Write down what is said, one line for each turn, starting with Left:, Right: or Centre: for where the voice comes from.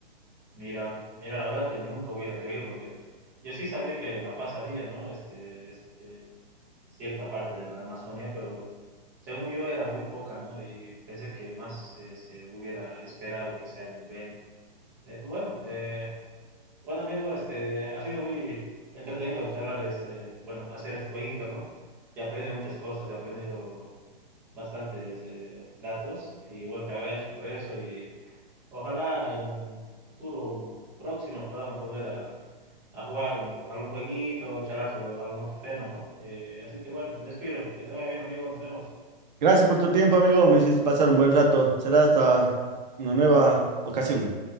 Centre: mira, mira, la verdad que nunca hubiera creído, porque yo sí sabía que en La Paz había, ¿no? Este, este, cierta parte de la Amazonia, pero según yo era muy poca, ¿no? Y pensé que más eh, se hubiera esperado que sea en el Beni. Eh, pues bueno, eh, bueno amigo, este, ha sido muy entretenido charlar, este, bueno, hacer este jueguito, ¿no? Y aprendí muchas cosas, he aprendido bastantes eh, datos y bueno, te agradezco por eso y ojalá en un futuro próximo podamos volver a a jugar un- algún jueguito, charlar sobre algún otro tema, ¿no? Eh, así que bueno, me despido. Que te vaya bien, amigos. Nos vemos.
Right: Gracias por tu tiempo, amigo. Me hiciste pasar un buen rato. Será hasta una nueva ocasión.